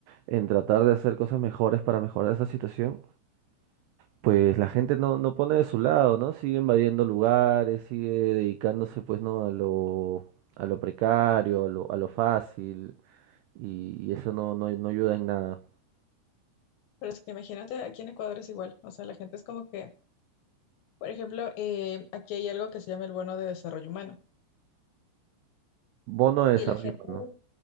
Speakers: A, on the right; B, on the left.
A: en tratar de hacer cosas mejores para mejorar esa situación, pues la gente no, no pone de su lado, ¿no? Sigue invadiendo lugares, sigue dedicándose pues no a lo, a lo precario, a lo, a lo fácil, y, y eso no, no, no ayuda en nada.
B: Pero es que imagínate, aquí en Ecuador es igual. O sea, la gente es como que, por ejemplo, eh, aquí hay algo que se llama el bono de desarrollo humano.
A: Bono de desarrollo
B: Y la gente,
A: humano.